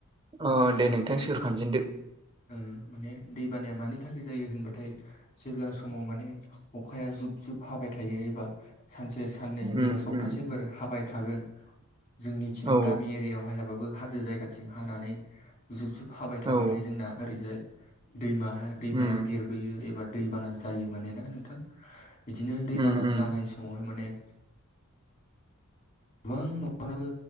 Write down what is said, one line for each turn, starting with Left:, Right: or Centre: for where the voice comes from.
Right: अ दे
Left: माने
Right: नोंथां सोरुर खामजेनदो
Left: ओ माने दैबानाया मानि थाखाय जायो होनबाथाय जेब्ला समाव माने अखाया जुब-जुब हाबाय थायो एबा सानसे साननै एबा
Right: उम
Left: सप्तासेफोर
Right: उम
Left: हाबाय थागोन जोंनिथिं
Right: औ
Left: गामि एरियायाव हायाबा हाजो जायगाथिं हानानै जुब-जुब हाबाय थाबाथाय
Right: औ
Left: जोंना ओरैजाय दैमा दैमाया
Right: उम
Left: देरबोयो एबा दैबाना जायो मानोना नोंथां बिदिनो दैबाना
Right: उम उम
Left: जानाय सम समावहाय माने गोबां न'खराबो